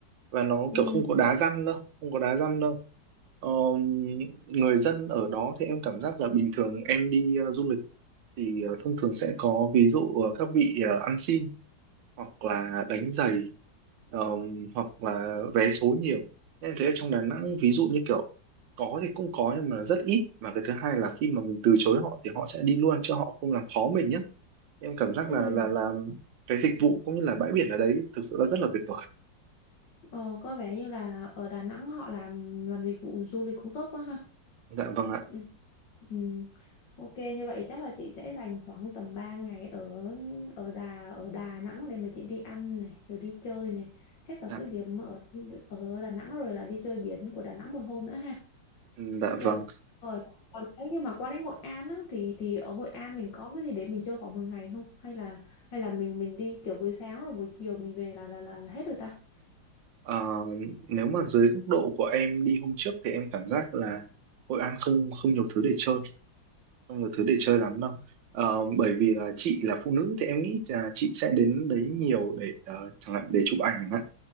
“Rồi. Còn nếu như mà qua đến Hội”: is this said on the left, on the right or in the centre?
Left